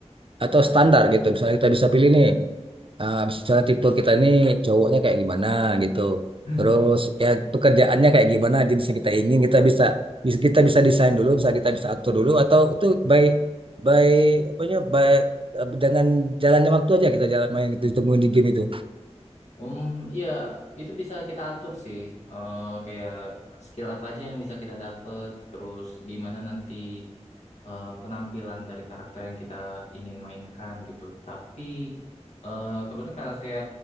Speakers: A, on the right (about 50°); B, on the left (about 75°).
A: atau standar gitu. Misalnya kita bisa pilih nih, ah, misalnya tipe kita ini cowoknya kayak gimana gitu.
B: <laughs>
A: Terus ya pekerjaannya kayak gimana, jenisnya kita ingin kita bisa bisa kita bisa desain dulu, bisa kita bisa atur dulu atau itu by by apa ya by eh, dengan jalannya waktu aja kita jalan main gitu ditemuin di game itu.
B: Um, ya itu bisa kita atur sih. Eh kayak skill apa aja yang bisa kita dapet, terus gimana nanti eh, penampilan dari karakter yang kita ingin mainkan gitu. Tapi eh kebetulan karena saya